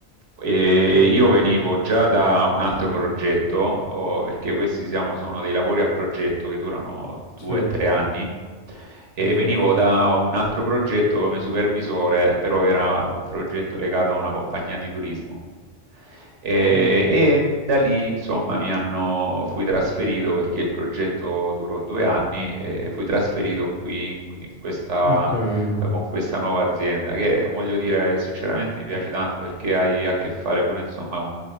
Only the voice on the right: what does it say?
E
io venivo già da un altro progetto, oh, perché questi siamo- sono dei lavori a progetto che durano due
o tre anni, e
venivo da un altro progetto come supervisore, però era un progetto legato a una compagnia di turismo. E, e
da lì, insomma, mi hanno, fui trasferito perché il progetto durò due anni e fui trasferito qui in questa
eh, con questa nuova azienda, che voglio dire sinceramente mi piace tanto perché hai a che fare pure insomma con,